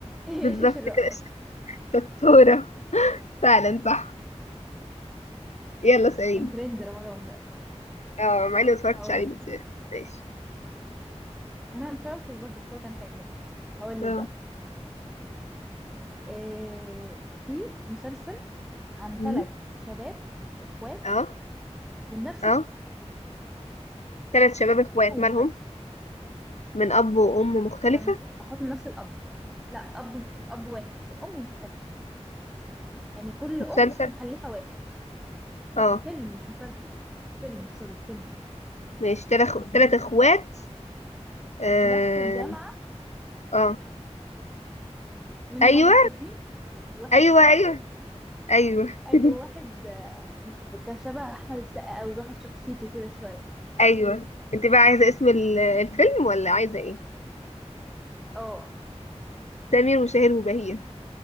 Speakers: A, in the centre; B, on the left.
A: <laughs> إيش
B: بالظبط
A: إيش الرقاصة
B: كده <laughs> شطورة فعلا صح يلا سعيد
A: كان ترند رمضان ده
B: اه مع اني متفرجتش
A: هقول
B: عليه
A: لك
B: بس ماشي
A: ما اتفرجتش برضه بس هو كان حلو يعني هقول
B: اه
A: لك بقى إيه في مسلسل عن
B: مم.
A: ثلاث شباب اخوات
B: اه
A: من نفس
B: اه تلات شباب اخوات
A: الأم
B: مالهم
A: مختلف
B: من اب وام مختلفة
A: كانوا اخوات من نفس الاب لا اب الاب واحد الام مختلفه يعني كل
B: مسلسل
A: ام مخلفه واحد
B: اه
A: فيلم مش مسلسل فيلم سوري فيلم
B: ماشي تلات أخو- تلات اخوات اه
A: في نفس الجامعه
B: اه
A: منهم
B: ايوه
A: واحد تخين وواحد
B: ايوه
A: فاطي
B: ايوه ايوه
A: أي-
B: <laughs>
A: وواحد آه، كان شبه احمد السقا قوي بياخد شخصيته كده شويه
B: ايوه انت بقى عايزة اسم ال- الفيلم ولا عايزة ايه
A: اه
B: سمير وشهير وبهير